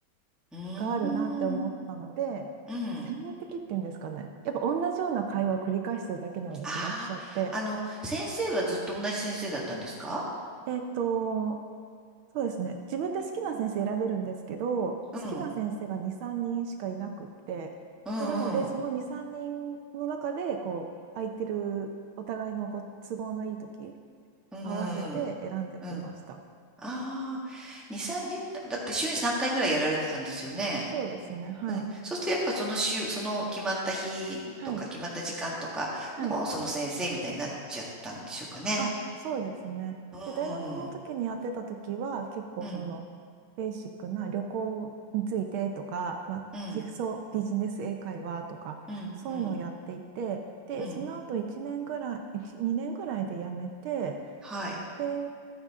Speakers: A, in the centre; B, on the right.
A: うん、
B: があるなって思ったので、
A: うん。
B: 専門的っていうんですかね。やっぱ同じような会話を繰り返してるだけのような気がしちゃって、
A: あああの、先生はずっと同じ先生だったんですか
B: えっと、そうですね。自分で好きな先生選べるんですけど、好きな先生が2、
A: うん。
B: 3人しかいなくって、
A: うんうん。
B: で、なので、その2、3人の中で、こう、空いてる、お互いのご都合のいい時、
A: うん
B: 合わせて選んでやってました。
A: うんうんうん。ああ、2、3人だ、だって週に3回ぐらいやられてたんですよね。
B: そうですね。はい。
A: うん。そうするとやっぱその週、その決まった日とか決まった時間とかのその先生みたいになっちゃったんでしょうかね。
B: はい。はい。あ、そうですね。
A: うんうん
B: で、大学の時にやってた時は、結構その、
A: うん。
B: ベーシックな旅行についてとか、まあ、
A: うん
B: 基礎ビジネス英会話とか、
A: うんうん
B: そういうのをやっていて、で、
A: うん。
B: その後1年ぐらい、1 2年ぐらいで辞めて、
A: はん
B: で、